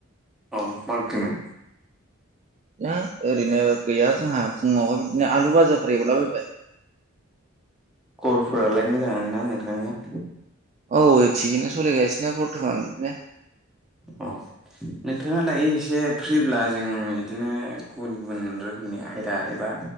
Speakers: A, in the centre; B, on the right (about 35°).
A: अ मा ओंख्रि मोन।
B: द ओरैनो गैया जोंहा फुङावहाय बिदिनो आलु बाजारफोर एव लाबायबाय
A: खरफोरालाय मोजां ना नोंथांनिया?
B: औ थिगनो सलि गायसिनाथ।
A: अ नोंथाङा दायो एसे फ्रिब्ला जों बिदिनो गुबुन गुबुन रोखोमनि आयदा एबा